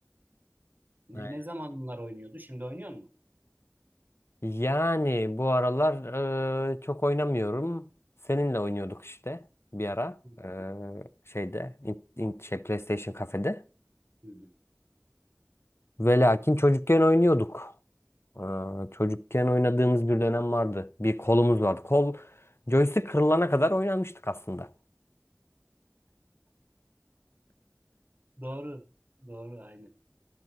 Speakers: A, on the right (about 40°); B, on the left (about 60°).
A: Ne,
B: Aynen.
A: ne zaman bunlar oynuyordu? Şimdi oynuyor mu?
B: Yani bu aralar e, çok oynamıyorum. Seninle oynuyorduk işte bir ara.
A: Hı hı.
B: E, şeyde in, in- şey PlayStation kafede.
A: Hı hı.
B: Ve lakin çocukken oynuyorduk. Aa, çocukken oynadığımız bir dönem vardı. Bir kolumuz vardı. Kol joystick kırılana kadar oynamıştık aslında.
A: Doğru. Doğru aynı.